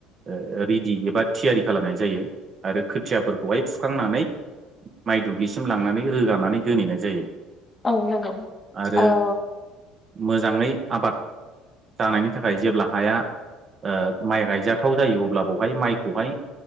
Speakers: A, on the right; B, on the left.
A: ओ रेडि एबा थियारि खालामनाय जायो। आरो खोथियाफोरखौहाय फुखांनानै माइ दुब्लिसिम लांनानै रोगानानै दोनहैनाय जायो।
B: औ नंगौ
A: आरो
B: औ
A: मोजाङै आबाद जानायनि थाखाय जेब्ला हाया ओ माइ गायजाथाव जायो अब्ला बेवहाय माइखौहाय